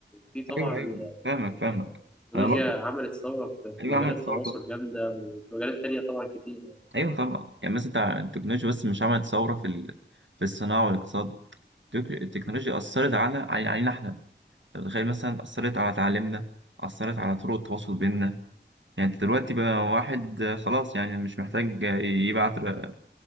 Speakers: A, in the centre; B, on the right (about 80°).
A: في طبعا
B: ايوه ايوه
A: يعني
B: فاهمك فاهمك
A: التكنولوجيا
B: انا برضه
A: عملت ثورة في
B: ايوه
A: في مجال
B: عملت
A: التواصل
B: ثوره طبعا
A: جامدة وفي مجالات تانية طبعا كتير يعني.
B: ايوه طبعا يعني مثلا بتاع التكنولوجيا بس مش عملت ثوره في ال... في الصناعه والاقتصاد التك- التكنولوجيا اثرت على علي- علينا احنا أنت متخيل مثلا أثرت على تعليمنا أثرت على طرق التواصل بيننا يعني أنت دلوقتي بقى واحد آه، خلاص يعني مش محتاج آه، يبعت ر-